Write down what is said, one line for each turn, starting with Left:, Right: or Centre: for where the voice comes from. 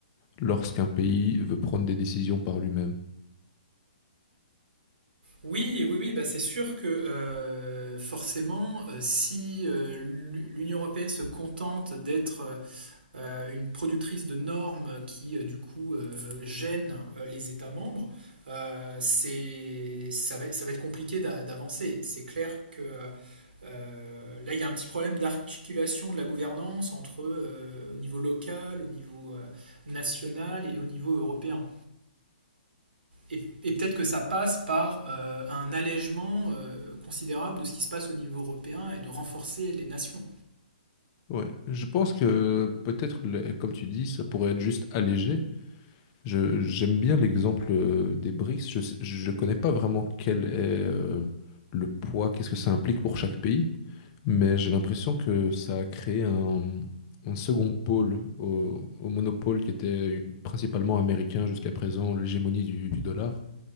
Left: lorsqu'un pays veut prendre des décisions par lui-même.
Right: Oui, oui, oui, bah c'est sûr que euh, forcément, euh, si euh, l'Union européenne se contente d'être euh, euh, une productrice de normes qui, euh, du coup, euh, gêne euh, les États membres, euh, c'est, ça va, ça va être compliqué d'a- d'avancer. C'est clair que euh, euh, là, il y a un petit problème d'articulation de la gouvernance entre euh, au niveau local, au niveau euh, national et au niveau européen. Et, et peut-être que ça passe par euh, un allègement euh, considérable de ce qui se passe au niveau européen et de renforcer les nations.
Left: Ouais, je pense que peut-être, le- comme tu dis, ça pourrait être juste allégé. Je, j'aime bien l'exemple euh, des BRICS. Je, sais- je connais pas vraiment quel est euh, le poids, qu'est-ce que ça implique pour chaque pays, mais j'ai l'impression que ça a créé un, un second pôle au, au monopole qui était principalement américain jusqu'à présent, l'hégémonie du, du dollar.